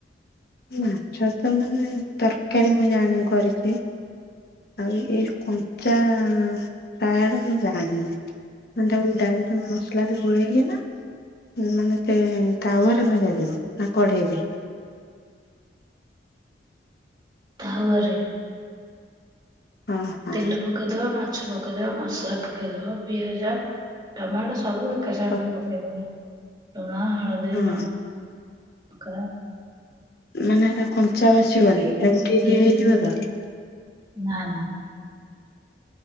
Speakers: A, on the left; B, on the right.
A: ମାଛ ତ ମାନେ ତରକାରି ମୁଁ ଜାଣି କରିଦିଏ ଆଉ ଏଇ ଯୋଉ କଞ୍ଚା ତାର ମୁଁ ଜାଣିନି ମାନେ ତାକୁ ଡାଇରେକ୍ଟ ମସଲାରେ ଗୋଳେଇକିନା ମାନେ ତେ ତାୱାରେ ଭଜାଯିବ ନା କଡ଼େଇରେ
B: ତାୱାରେ
A: ହଁ ହଁ
B: ତେଲ ପକେଇଦବା ମାଛ ପକେଇଦବ ମସଲା ପକେଇଦବ ପିଆଜ ଟମାଟୋ ସବୁ ଏକା ସାଙ୍ଗରେ
A: ତ
B: ପକେଇଦବ ଲୁଣ ହଳଦୀ
A: ହଁ
B: ଲ ଙ୍କା
A: ମାନେ ଏଟା କଞ୍ଚା ବାସିବନି
B: ପକେଇକି ତାକୁ
A: ସବୁ ଠିକ୍
B: ପୁରା
A: ହେଇଯିବ
B: ଟିକେ
A: ତ
B: ନା ନୁ